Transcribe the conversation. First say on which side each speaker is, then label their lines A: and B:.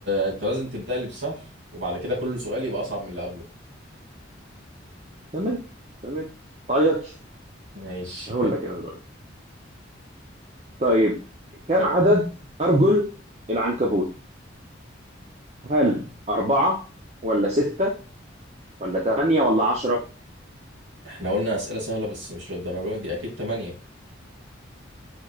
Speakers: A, on the right (about 60°); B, on the right (about 35°).
A: انت لازم تبدأ لي بسهل وبعد كده كل سؤال يبقى اصعب من اللي قبله
B: تمام تمام تعيطش
A: ماشي
B: هقول لك انا دلوقتي طيب كم عدد ارجل العنكبوت هل أربعة ولا ستة ولا تمانية ولا عشرة
A: احنا قلنا أسئلة سهلة بس مش للدرجة دي أكيد تمانية